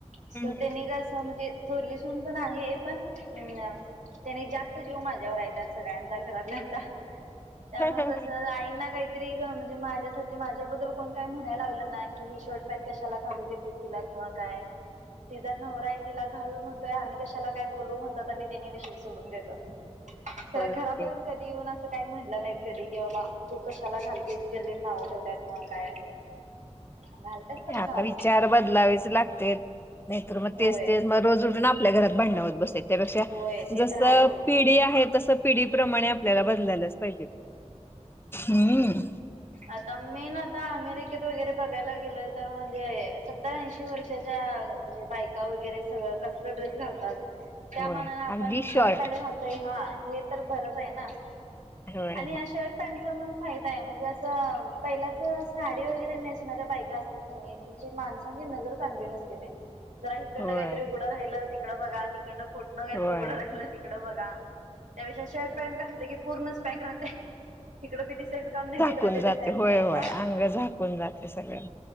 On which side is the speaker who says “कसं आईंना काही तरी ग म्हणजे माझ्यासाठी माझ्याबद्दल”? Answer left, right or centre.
Right